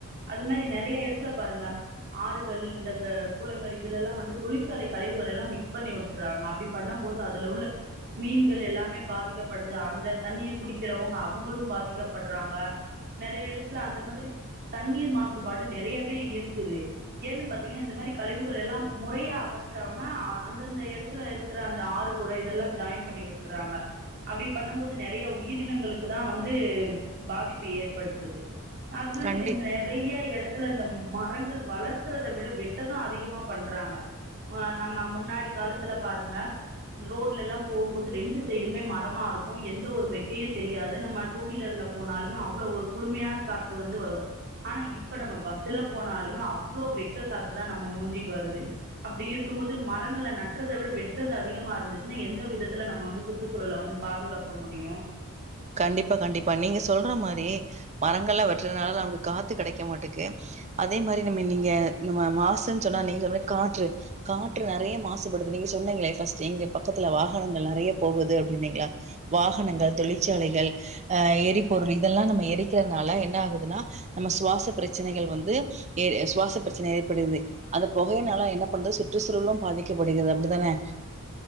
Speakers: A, on the right (about 50°); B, on the right (about 30°).
A: அது மரி நெறைய எடத்துல பாருங்க ஆறுகள் ந்த குளங்கள் இதுலஎல்லா வந்து தொழிற்சாலை கழிவுகள் எல்லா மிக்ஸ் பண்ணிவுட்டுறாங்க அப்டி பண்ணம்போது அதுல உள்ள மீன்கள் எல்லாமே பாதிக்கப்படுது அந்த தண்ணிய குடிக்கறவுங்க அவுங்களு பாதிக்கப்பட்றாங்க நெறைய எடத்துல அந்த மாதிரி தண்ணீர் மாசுபாடு நெறையவே இருக்குது ஏன்னு பாத்தீங்கன்னா இந்த மாரி கழிவுகள் எல்லாம் முறைய அகற்றாம அந்தந்த எடத்துல இருக்கிற அந்த ஆறு கூட இதெல்லா ஜாயின் பண்ணிவிட் டறாங்க அப்டி பண்ணும் போது நெறைய உயிரினங்களுக்கு தா வந்து பாதிப்பு ஏற்படுத்துது அது மாறி
B: கண்டி
A: இப்ப நெறைய எடத்துல இந்த மரங்கள் வளர்க்கறதை விட வெட் ட்டதா அதிகமா பண்றாங்க நம்ம முன்னாடி காலத்துல பாருங்க ரோட்ல எல்லா போம்போது ரெண்டு சைடுமே மரமா இருக்கு எந்த ஒரு வெக்கையு தெரியாது நம்ம டூவீலர்ல போனாலுமே அவ்ளோ ஒரு குளுமையான காற்று வந்து வரு ஆனா இப்ப நம்ம பஸ்ல போனாலுமே அவ்ளோ வெக்க காத்துதா நம்ம மூஞ்சிக்கு வருது அப்டி இருக்கும் போது மரங்கள நட்றத விட வெட்றது அதிகமா இருந்துச்சுன்னா எந்த விதத்துல நம்ம வந்து சுற்றுச்சூழல வந்து பாதுகாக்க முடியு
B: கண்டிப்பா கண்டிப்பா நீங்க சொல்ற மாரி மரங்கள்ல வெட்றனால நமக்கு காத்து கெடைக்க மாட்டேங்கு அதே மாரி நம்ம நீங்க நம்ம மாசுன்னு சொன்னா நீங்க சொன்ன மாரி காற்று காற்று நெறைய மாசுபடுது நீங்க சொன்னீங்களே ஃபஸ்ட் இங்க பக்கத்துல வாகனங்கள் நெறைய போகுது அப்டின்னீங்களே வாகனங்கள் தொழிற்சாலைகள் ஆ எரிபொருள் இதெல்லா நம்ம எரிக்கிறதுனால என்ன ஆகுதுன்னா நம்ம சுவாச பிரச்சனைகள் வந்து ஏ சுவாச பிரச்சனை ஏற்படுது அந்த புகையினால என்ன பண்றது சுற்றுச்சூழலு பாதிக்கப்படுகிறது அப்டிதானே